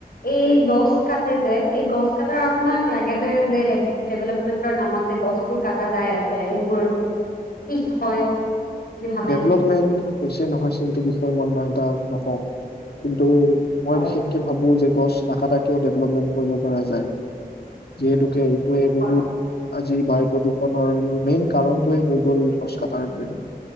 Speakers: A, on the left; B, on the left.
A: এই গছ কাটে যে এই গছ কাটাৰ আপোনাক লাগেনে যে ডেভ-ডেভেলপমেণ্টৰ নামত যে গছবোৰ কাটা যায় আছে সেইবোৰ ঠিক হয় বুলি ভাবে
B: ডেভলপমেন্ট
A: নেকি?
B: হৈছে নহয়ছে সেইটো বিষয়ে মই ইমান এটা নকওঁ কিন্তু মই
A: হয়
B: বিশেষকে ভাবো যে গছ নাকাতাই কিয় ডেভলপমেন্ট কৰিব পৰা যায়, যিহেতুকে টোৱে বহুত
A: হয়
B: আজি বায়ু প্ৰদূষণৰ মেইন কাৰণটোয়ে হৈ গ'ল গছ কাটাৰ কাৰনে <unintelligible>